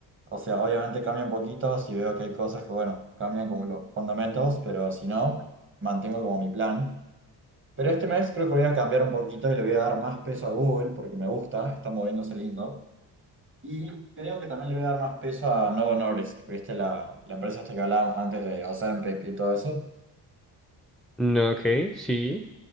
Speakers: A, on the right (about 30°); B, in the centre.
A: o sea, obviamente cambia un poquito si veo que hay cosas que, bueno, cambian como los fundamentos, pero si no, mantengo como mi plan. Pero este mes creo que voy a cambiar un poquito y le voy a dar más peso a Google porque me gusta, está moviéndose lindo. Y creo que también le voy a dar más peso a Novo Nordisk, ¿viste? La, la empresa esta que hablábamos antes de Ozempic y todo eso.
B: No, ok, sí,